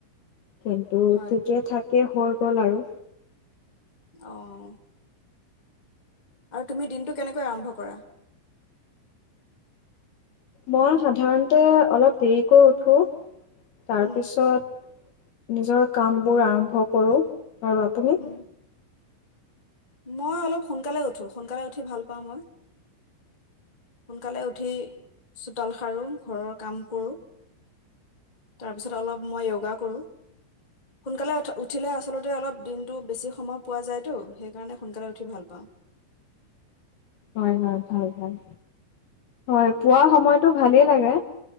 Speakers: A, on the left; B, on the left.
A: কিন্তু
B: হয়
A: ঠিকেই থাক এ হৈ গ'ল আৰু।
B: অ'। আৰু তুমি দিনটো কেনেকৈ আৰম্ভ কৰা?
A: মই সাধাৰণতে অলপ দেৰিকৈ উঠো। তাৰপিছত
B: উম
A: নিজৰ কামবোৰ আৰম্ভ কৰোঁ। আৰু আপুনি?
B: উম মই অলপ সোনকালে উঠো। সোনকালে উঠি ভাল পাওঁ মই, সোনকালে উঠি চোতাল সাৰো, ঘৰৰ কাম কৰো, তাৰপিছত অলপ মই য়োগা কৰোঁ। সোনকালে উঠ উঠিলে আচলতে অলপ দিনতটো বেছি সময় পোৱা যায়তো, সেই সেই কাৰণে সোনকালে উঠি ভাল পাওঁ।
A: হয়, হয়, ভাল হয়। হয়
B: উম,
A: পুৱা সময়তো ভালেই লাগে।